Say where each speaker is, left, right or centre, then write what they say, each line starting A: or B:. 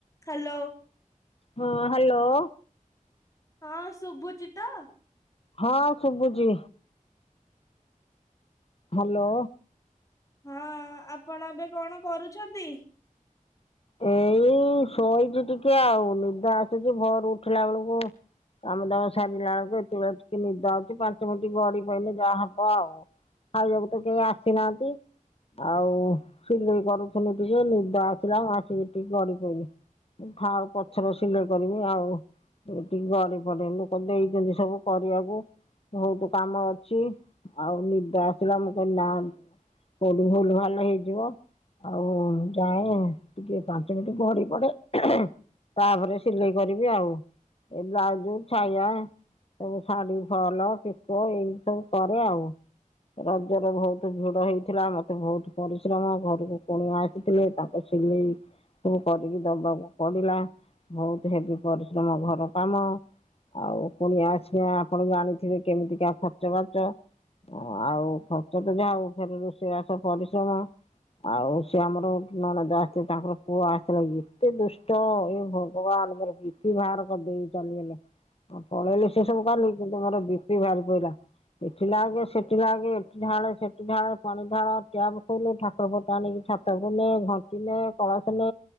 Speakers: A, on the left; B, on the left.
A: Hello
B: ହଁ, hello!
A: ହଁ, ସୁଭୁଚିତ?
B: ହଁ, ଶୁଭୁଚି। ହ୍ୟାଲୋ!
A: ହଁ, ଆପଣ ଏବେ କଣ କରୁଛନ୍ତି?
B: ଏଇ ଶୋଇଛି, ଟିକେ ଆଉ ନିଦ ଆସୁଛି ଭର ଉଠିଲା ବେଳକୁ। କାମ ଦାମ ସାରିଲା ଆଳକୁ ଏତେବେଳେ ଟିକେ ନିଦ ଆଉଛି, ପାଞ୍ଚ ମିନଟ ଗଡି ପଇନେ ଯାହା ହବ ଆଉ। ଖାଉବାକୁ ତ କେହି ଆସିନାହାଁନ୍ତି? ଆଉ ସିଲେଇ କରୁଥିଲି, ଟିକେ ନିଦ ଆସିଲା ଆସିକି ଟିକେ ଗଡ଼ି ପିଇଲି। ଓ ଥାଉ। ଆଉ ପଛରେ ସିଲେଇ କରିବି ଆଉ। ଏ ଟିକେ ଗଡି ପଡେ ଲୋକ ଦେଇଛନ୍ତି, ସବୁ କରିବାକୁ ବହୁତ କାମ ଅଛି। ଆଉ ନିଦ ଆସିଲା। ମୁଁ କଇନି ନା କୋଉଠି ଭୁଲ ଭାଲ୍ ଲ ହେଇଯିବ ଆଉ ଯାଏଁ ଟିକେ ପାଞ୍ଚ ମିନ୍ଟି ଗଡି ପଡେ। ତାପରେ ସିଲେଇ କରିବି ଆଉ। ଏ ବ୍ଲାଉଜୁ ଛୟା ତ ସାଡ଼ି ଫଅଲ କେ ତ ଏଇ ସବୁ କରେ ଆଉ। ରଜରେ ବହୁତ ଭୁଡ ହେଇଥିଲା ମତେ ବହୁତ୍ ପରିଶ୍ରମ, ଘରୁକୁ କୁଣିଆ ଆସିଥିଲେ। ତାଙ୍କ ସେ ଚିଲେଇ ସବୁ କରିକି ଦବାକୁ ପଡିଲା। ଭଉତୁ ହେବି ପରିଶ୍ରମ ଘର କାମ। ଆଉ କୁଣିଆ ଆସିବା, ଆପଣ ଜାଣିଥିବେ, କେମିତିକା ଖର୍ଚ୍ଚ ବାର୍ଚ। ଆଉ ଖର୍ଚ୍ଚ ତ ଯାହା ହଉ ଫେରେ ରୋଷେଇବାସ ପରିଶ୍ରମ। ଆଉ ସେ ଆମର ନଣଦ ଆସ ତାଙ୍କର ପୁଅ ଆସିଥିଲା! ଏତେ ଦୁଷ୍ଟ! ଏ ଭଗବାନ୍! ମୋର ବି ପି ବାହାର କରିଦେଇ ଚାଲିଗଲେ। ପଳେଇଲେ ସେ ସବୁ କାଲି, କିନ୍ତୁ ମୋର ବି ପି ବାହାରି ପଇଲା। ଏଠି ଲାଗେ, ସେଟି ଲାଗେ, ଏଠି ଢାଳେ, ସେଟି ଢାଳେ, ପାଣି ଢାଳ, ଟ୍ୟାପ୍ ଖୁଲୁ, ଠାକୁର ଫଟ ଆଣିକି ଛାତକୁ ନେ ଘନ୍ ତିନେ, କଳସନେ,